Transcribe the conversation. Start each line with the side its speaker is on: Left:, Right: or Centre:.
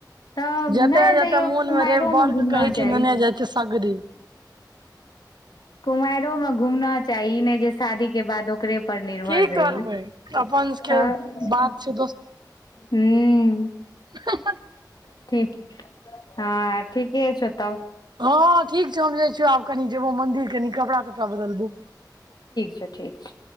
Left: तऽ
Right: जते
Left: नहि
Right: जते
Left: तैयो
Right: मोन
Left: कुमारिओ
Right: रहे बर
Left: मे घूमना
Right: के कहै
Left: चाही
Right: छै नेने जाइ छै सगरे
Left: कुमारि ओ मे घुमना चाही ई नहि जे शादी के बाद ओकरे पर निर्भर
Right: की
Left: रही
Right: करबै अपन सबके
Left: त
Right: बात छै
Left: ह
Right: हा हा
Left: ठीक हँ ठीके छौ तब
Right: हँ ठीक छौ हम जाइ छिय आब कनि जेबो मंदिर कनि कपड़ा तपड़ा बदलबो
Left: अच्छा ठीक छै